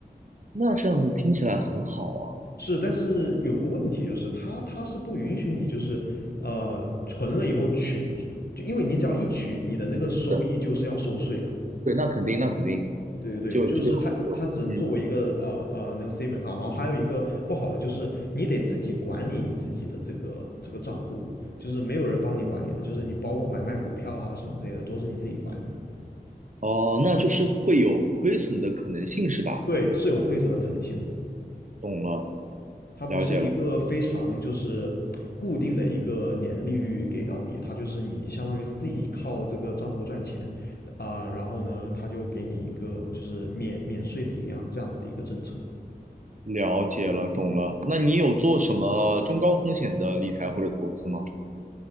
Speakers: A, on the right; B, on the left.
A: 那这样子听起来很好啊。
B: 是，但是有个问题就是它它是不允许你就是呃存了以后取，就因为你只要一取，你的那个收益就是要收税的。
A: 对，对，那肯定，那肯定
B: 对对对，
A: 就就就嗯，
B: 就是它，它只能作为一个呃呃那个 SIM 卡，然后还有一个不好的就是你得自己管理你自己的这个这个账户，就是没有人帮你管理的，就是你包括买卖股票啊什么之类的都是你自己管理的，
A: 哦，那就是会有亏损的可能性是吧？
B: 对，是有亏损的可能性的，
A: 懂了，
B: 它不是一个非常就是固定的一个年利率给到你，
A: 了解了，
B: 它就是你相当于是自己靠这个账户赚钱啊、呃然后呢，它就给你一个就是免免税的一样这样子的一个政策。
A: 了解了，懂了。那你有做什么中高风险的理财或者投资吗？